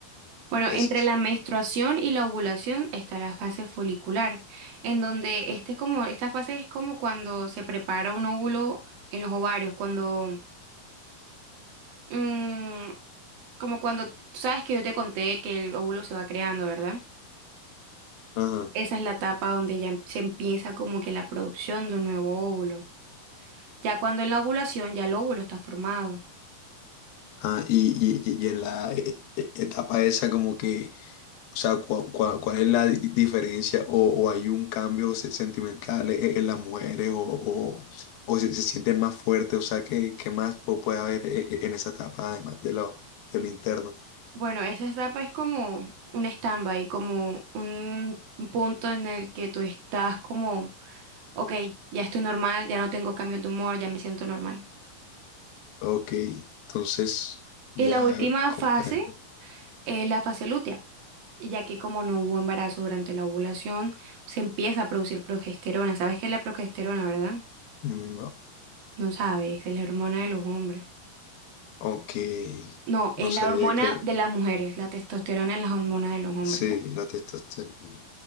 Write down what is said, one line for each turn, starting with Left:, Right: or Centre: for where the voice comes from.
Right: Bueno,
Left: esas?
Right: entre la menstruación y la ovulación está la fase folicular, en donde este es como, esta fase es como cuando se prepara un óvulo en los ovarios, cuando mm, como cuando tú sabes que yo te conté que el óvulo se va creando, ¿verdad?
Left: Ajá.
Right: Esa es la etapa donde ya em- se empieza como que la producción de un nuevo óvulo. Ya cuando en la ovulación ya el óvulo está formado.
Left: Ah, y, y- y- y en la eh, eh, etapa esa como que, o sea, cua- cua- ¿cuál es la di- diferencia o, o hay un cambio se- sentimental e- e- en las mujeres o, o, o se, se sienten más fuertes? O sea, ¿qué, qué más pu- puede haber eh, eh, en esa etapa además de lo, de lo interno?
Right: Bueno, esa etapa es como un stand-by, como un punto en el que tú estás como, ok, ya estoy normal, ya no tengo cambios de humor, ya me siento normal.
Left: Ok, entonces ya
Right: Y la última
Left: comprendo.
Right: fase es la fase lútea, y ya que como no hubo embarazo durante la ovulación, se empieza a producir progesterona. ¿Sabes qué es la progesterona, verdad?
Left: No,
Right: No sabes, es la hormona de los hombres.
Left: ok,
Right: No, es
Left: no sabía
Right: la hormona
Left: que
Right: de las mujeres, la testosterona es la hormona de los hombres.
Left: sí, la testosterona.